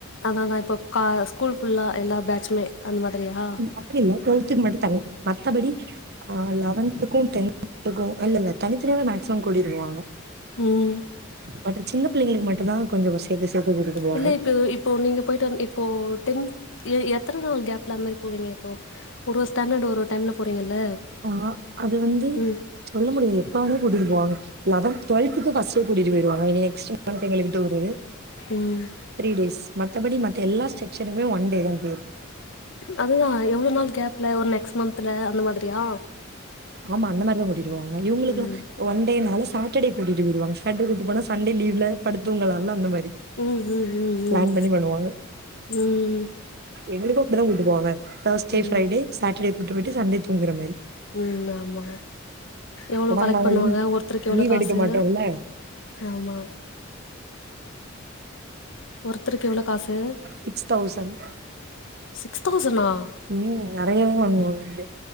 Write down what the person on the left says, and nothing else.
ஆதா தா இப்போ கா ஸ்கூல் ஃபுல்லா எல்லா பேச்சுமே அந்த மாதிரியா
ம்
இல்ல இப்போ இப்போ நீங்க போயிட்டு வந் இப்போ டென்த் எ எத்தன நாள் கேப்ல அந்த மாரி போவீங்க இப்போ ஒரு ஒரு ஸ்டாண்டர்டு ஒரு ஒரு டைம்ல போறீங்கல்ல
ம்
ம்
அதுதா எவ்ளோ நாள் கேப்ல ஒரு நெக்ஸ்ட் மந்த்ல அந்த மாதிரியா
ம்
ம் ம் ம்
ம்
ம்
ம்
ம் ஆமா எவ்ளோ
கலெக்ட்
பண்ணுவாங்க ஒருத்தருக்கு எவ்ளோ
காசு
ஆமா ஒருத்தருக்கு எவ்ளோ காசு
சிக்ஸ் தௌசண்ணா